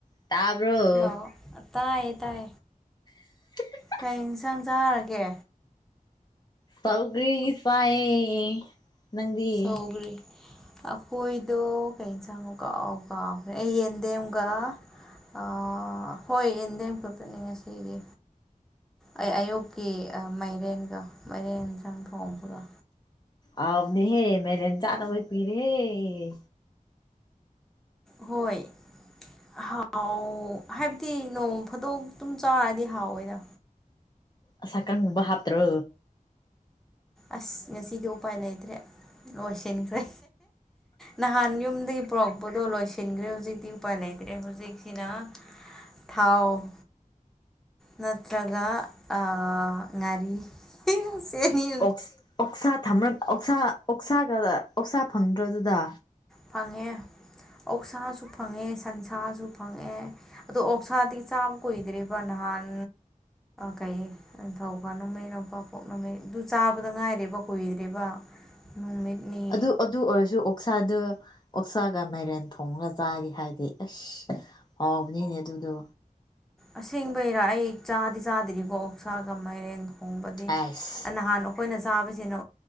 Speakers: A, on the left; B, in the centre.
A: ꯇꯥꯕ꯭ꯔꯣ
B: ꯍꯜꯂꯣ ꯑ ꯇꯥꯏ ꯇꯥꯏ
A: <inaudible>
B: ꯀꯩ ꯏꯟꯁꯥꯡ ꯆꯥꯔꯒꯦ
A: ꯁꯧꯒ꯭ꯔꯤ ꯆꯥꯏꯌꯦ ꯅꯪꯗꯤ
B: ꯁꯧꯒꯔꯤ ꯑꯩꯈꯣꯏꯗꯣ ꯀꯩ ꯌꯦꯟꯁꯥꯡꯅꯣ ꯀꯥꯎꯕꯨ ꯀꯥꯎꯈ꯭ꯔꯦ ꯑꯩ ꯌꯦꯟꯗꯦꯝꯒ ꯑꯥ ꯍꯣꯏ ꯌꯦꯟꯗꯦꯝ ꯈꯀꯇꯅꯤ ꯉꯁꯤꯗꯤ ꯑꯩ ꯑꯌꯨꯛꯀꯤ ꯃꯥꯏꯔꯦꯟꯒ ꯃꯥꯏꯔꯦꯟ ꯆꯪꯊꯣꯡ ꯕꯣꯔꯥ
A: ꯑꯥꯎꯕꯅꯦꯍꯦ ꯃꯩꯔꯦꯟ ꯆꯥꯗꯕꯩ ꯀꯨꯏꯔꯦꯍꯦ
B: ꯍꯣꯏ ꯍꯥ ꯍꯥꯎ ꯍꯥꯏꯕꯗꯤ ꯅꯣꯡ ꯐꯥꯗꯣꯛ ꯑꯗꯨꯝ ꯆꯥꯔꯗꯤ ꯍꯥꯎꯋꯦꯗ
A: ꯑꯁꯛꯀꯪꯒꯨꯝꯕ ꯍꯥꯞꯇ꯭ꯔꯣ
B: ꯑꯁ ꯉꯁꯤꯗꯤ ꯎꯄꯥꯏ ꯂꯩꯇ꯭ꯔꯦ ꯂꯣꯏꯁꯤꯟꯈ꯭ꯔꯦ ꯅꯍꯥꯟ ꯌꯨꯝꯗꯒꯤ ꯄꯨꯔꯛꯄꯗꯣ ꯂꯣꯏꯁꯤꯟꯈ꯭ꯔꯦ ꯍꯧꯖꯤꯛꯇꯤ ꯎꯄꯥꯏ ꯂꯩꯇ꯭ꯔꯦ ꯍꯧꯖꯤꯛꯁꯤꯅ ꯊꯥꯎ ꯅꯠꯇ꯭ꯔꯒ ꯑ ꯉꯔꯤ ꯁꯦꯅꯤ
A: ꯑꯣꯛꯁ ꯑꯣꯛꯁꯥ ꯊꯝ ꯑꯣꯁꯥ ꯑꯣꯛꯁꯥꯒ ꯑꯣꯛꯁꯥ ꯐꯪꯗ꯭ꯔꯣꯗꯨꯗ
B: ꯐꯪꯉꯦ ꯑꯣꯛꯁꯥꯁꯨ ꯐꯪꯉꯦ ꯁꯟꯁꯥꯁꯨ ꯐꯪꯉꯦ ꯑꯗꯣ ꯑꯣꯛꯁꯥꯗꯤ ꯆꯥꯝ ꯀꯨꯏꯗ꯭ꯦꯔꯤꯕ ꯅꯍꯥꯟ ꯀꯩ ꯅꯤꯡꯊꯧꯀ ꯅꯨꯃꯤꯠ ꯅꯪꯄꯥꯛꯄꯣꯛ ꯅꯨꯃꯤꯩ ꯑꯗꯨ ꯆꯥꯕꯗ ꯉꯥꯏꯔꯦꯕ ꯀꯨꯏꯗ꯭ꯔꯦꯕ ꯎꯣꯡꯃꯤꯠꯅꯤ
A: ꯑꯗꯨ ꯑꯗꯨ ꯑꯣꯏꯔꯁꯨ ꯑꯣꯛꯁꯥꯗꯨ ꯑꯣꯛꯁꯥꯒ ꯃꯥꯏꯔꯦꯟ ꯊꯣꯡꯉꯒ ꯆꯥꯔꯤ ꯍꯥꯏꯗꯤ ꯑꯁ ꯍꯥꯎꯕꯅꯤꯅꯦ ꯑꯗꯨꯗꯣ
B: ꯑꯁꯦꯡꯕꯩꯔꯥ ꯑꯩ ꯆꯥꯗꯤ ꯆꯥꯗ꯭ꯔꯤꯀꯣ ꯑꯣꯛꯁꯥꯒ ꯃꯥꯏꯔꯦꯟ ꯊꯣꯡꯕꯗꯤ
A: ꯑꯥꯏꯁ
B: ꯅꯍꯥꯟꯅ ꯑꯩꯈꯣꯏꯅ ꯆꯥꯕꯁꯤꯅ